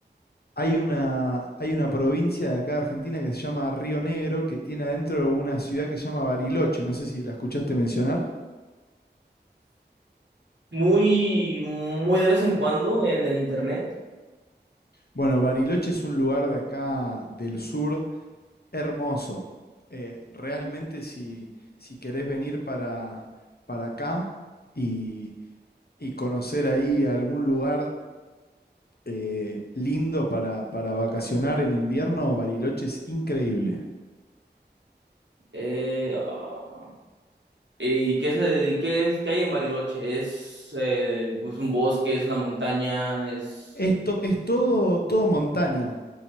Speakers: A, on the left; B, on the right.
A: Hay una, hay una provincia de acá de Argentina que se llama Río Negro, que tiene adentro una ciudad que se llama Bariloche. No sé si la escuchaste mencionar.
B: Muy, muy de vez en cuando en el internet.
A: Bueno, Bariloche es un lugar de acá del sur hermoso. Eh, realmente si, si querés venir para, para acá y, y conocer ahí algún lugar eh, lindo para, para vacacionar en invierno, Bariloche es increíble.
B: Eh, ah, ¿y qué es, y qué es, qué hay en Bariloche? Es, eh, es un bosque, es una montaña, es
A: Esto es todo, todo montaña.